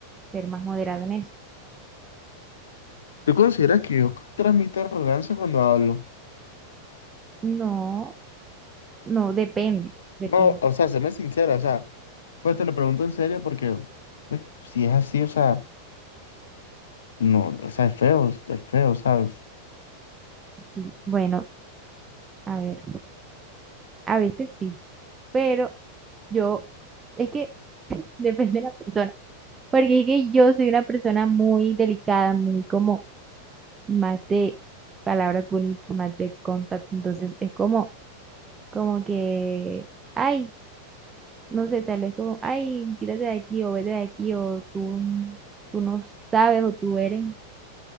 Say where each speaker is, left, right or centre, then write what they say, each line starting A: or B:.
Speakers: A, on the right (about 20°); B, on the left (about 65°).
A: ser más moderado en eso.
B: ¿Tú consideras que yo transmito arrogancia cuando hablo?
A: No, no, depende, depende.
B: No, o sea, séme sincera, o sea, pues te lo pregunto en serio porque pues, si es así, o sea, no, o sea, es feo, es feo, ¿sabes?
A: sí. Bueno, a ver, a veces sí, pero yo, es que <laughs> depende de la persona. Porque es que yo soy una persona muy delicada, muy como más de palabras bonitas, más de contacto. Entonces es como, como que, ay, no sé, tal vez como, ay, quítate de aquí o vete de aquí o tú, tú no sabes o tú eres. O